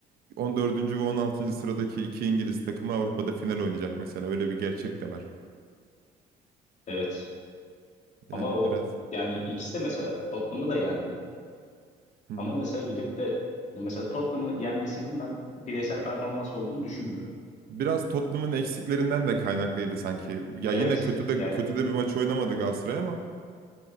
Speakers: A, on the right (about 65°); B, on the left (about 45°).
A: on dördüncü ve on altıncı sıradaki iki İngiliz takımı Avrupa'da final oynayacak mesela. Öyle bir gerçek de var.
B: Evet
A: Yani
B: ama o
A: biraz
B: yani
A: Hı.
B: ikisi de mesela Tottenham'ı da yendi
A: Hı
B: ama mesela gidip de mesela Tottenham'ı yenmesinin ben bireysel performans olduğunu düşünmüyorum.
A: biraz Tottenham'ın eksiklerinden de kaynaklıydı sanki. Ya
B: Evet
A: yine kötü de
B: yani
A: kötü de bir maç oynamadı Galatasaray ama.